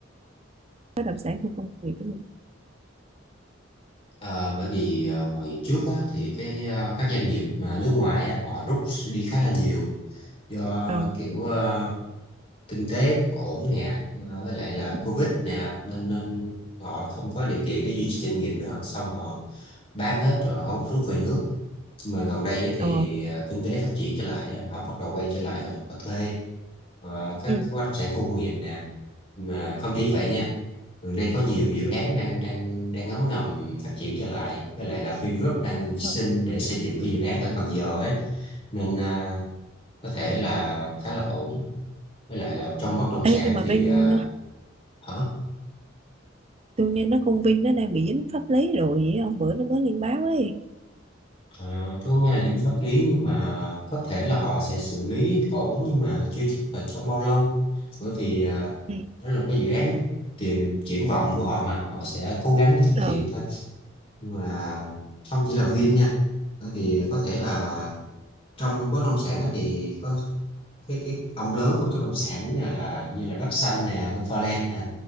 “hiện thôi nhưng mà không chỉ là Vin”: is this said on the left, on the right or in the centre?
Left